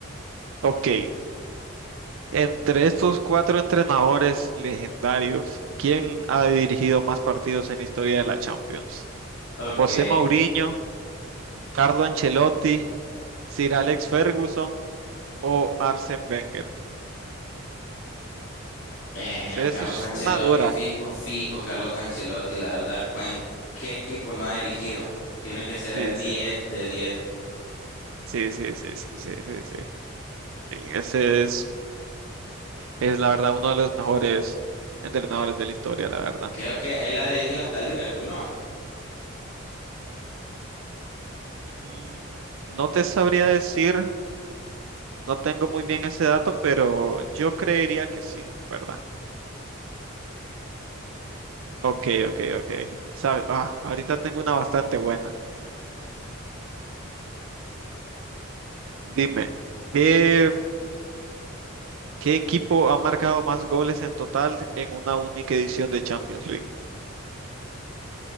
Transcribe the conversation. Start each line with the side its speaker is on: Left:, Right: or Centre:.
Right: Ok. Entre estos cuatro entrenadores legendarios, ¿quién ha dirigido más partidos en la historia de la Champions?
Left: Ok.
Right: José Mourinho, Carlo Ancelotti, Sir Alex Ferguson o Arsène Wenger.
Left: Eh,
Right: Sí, eso
Left: Carlos
Right: es
Left: Ancelotti,
Right: una dura.
Left: fijo, fijo, Carlos Ancelotti. La verdad, cu- ¿en qué equipo no ha dirigido? Tiene que ser
Right: Sí,
Left: el
Right: sí,
Left: 10 de diez,
Right: sí, sí, sí, sí, sí, sí, sí, sí. Sí, ese es, es la verdad uno de los mejores entrenadores de la historia, la verdad.
Left: Creo que él ha dirigido hasta Liverpool, ¿no?
Right: Mm, No te sabría decir, no tengo muy bien ese dato, pero yo creería que sí, ¿verdad? Ok, ok, ok. Sabe- ah, ahorita tengo una bastante buena. Dime, ¿qué, qué equipo ha marcado más goles en total en una única edición de Champions League?